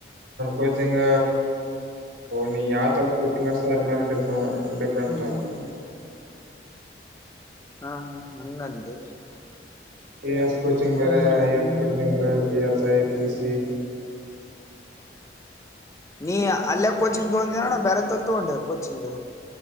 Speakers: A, on the right (about 75°); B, on the left (about 15°).
A: ಕೋಚಿಂಗ್ ನೀ ಯಾವ್ ತರ ಕೋಚಿಂಗ್ ಮೇಲೆಡಿಪೇಂಡ. - ಟ <unintelligible>
B: ಹಾ ಹಾ ಹಂಗಂದೆ
A: ಕೆ ಎಸ್ ಕೊಚಿಂಗ್ ಬೇರೆಐ
B: ಹ್ಮ್
A: ಎಸ್ ಕಚಿಂಗ್ ಬೇರೆ. ಪಿ ಎಸ್ಐ, ಪಿ ಸಿ
B: ನೀ ಅಲ್ಲೇ ಕೋಚಿಂಗ್ ತೋಗಂದೇ ನಣ್ಣ ಬ್ಯಾರೆತೋಲ್ ತಗಂಡಕ ಕೊಚಿಂಗ್.